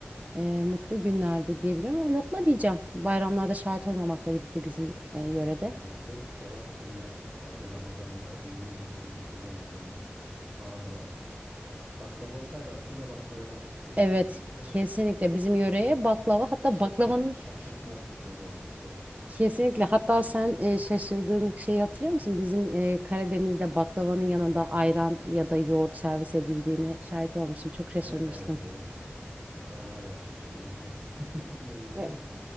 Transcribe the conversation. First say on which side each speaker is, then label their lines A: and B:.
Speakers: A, on the right; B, on the right.
A: e, mutlu günlerde diyebilirim ama lokma diyeceğim. Bayramlarda şahit olmamakla birlikte bizim e, yörede.
B: Maalesef cevap güllaç. Herhalde Ramazan'da yoğun bir şekilde kullanıldığından ağır basmış. Baklava olsaydı aslında baklava derdik burada
A: Evet,
B: kesinlikle
A: kesinlikle
B: de.
A: bizim yöreye baklava. Hatta
B: Şa-
A: baklavanın
B: şa- şaşırtmaçlı soru olmuş biraz.
A: kesinlikle. Hatta sen e, şaşırdığın şeyi hatırlıyor musun? Bizim e, Karadeniz'de baklavanın yanında ayran ya da yoğurt servis edildiğini şahit olmuştun. Çok şaşırmıştın.
B: E, evet evet. Ya ben hala şaşırıyorum mantıklı <laughs> gitmeye geliyor
A: E,
B: ama